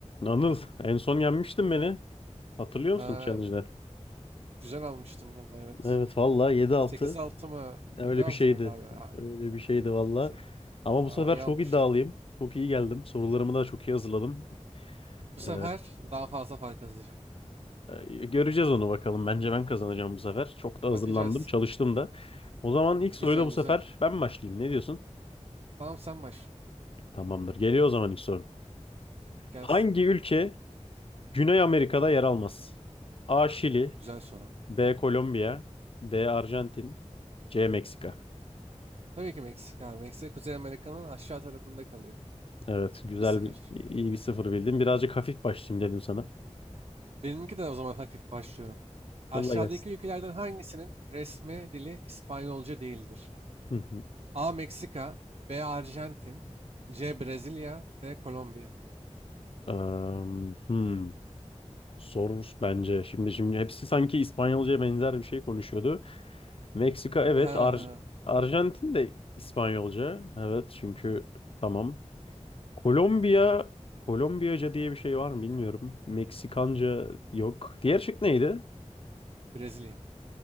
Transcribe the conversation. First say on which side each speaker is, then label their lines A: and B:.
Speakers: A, on the left; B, on the right.
A: Anıl en son yenmiştin beni. Hatırlıyor
B: Ha,
A: musun challenge'de?
B: güzel almıştım vallahi evet.
A: Evet valla 7-6
B: sekiz altı mı?
A: öyle
B: yedi altı
A: bir şeydi.
B: mıydı abi ya?
A: Öyle bir şeydi valla.
B: 8.
A: Ama
B: Aa,
A: bu sefer
B: iyi
A: çok
B: almıştım.
A: iddialıyım. Çok iyi geldim. Sorularımı da çok iyi hazırladım.
B: Bu sefer
A: Ee,
B: daha fazla fark atacağım.
A: e, göreceğiz onu bakalım. Bence ben kazanacağım bu sefer. Çok da hazırlandım.
B: Bakacağız.
A: Çalıştım da. O zaman ilk soruyla
B: Güzel
A: bu
B: güzel.
A: sefer ben başlayayım. Ne diyorsun?
B: Tamam sen başla.
A: Tamamdır. Geliyor o zaman ilk soru.
B: Gelsin.
A: Hangi ülke Güney Amerika'da yer almaz? A. Şili
B: Güzel soru.
A: B. Kolombiya D. Arjantin C. Meksika
B: Tabii ki Meksika. abi. Meksika Kuzey Amerika'nın aşağı tarafında kalıyor.
A: Evet, güzel
B: bir sıfır
A: bir iyi bir sıfır bildin. Birazcık hafif başlayayım dedim sana.
B: Benimki de o zaman hafif başlıyorum. Aşağıdaki
A: Yolla gelsin.
B: ülkelerden hangisinin resmi dili İspanyolca değildir?
A: Hı hı.
B: A. Meksika B. Arjantin C. Brezilya D. Kolombiya.
A: Am, hmm. Zor bence. Şimdi şimdi hepsi sanki İspanyolca'ya benzer bir şey konuşuyordu. Meksika evet,
B: <laughs>
A: Ar Arjantin de İspanyolca. Evet çünkü tamam. Kolombiya Kolombiyaca diye bir şey var mı bilmiyorum. Meksikanca yok. Diğer şık neydi?
B: Brezilya.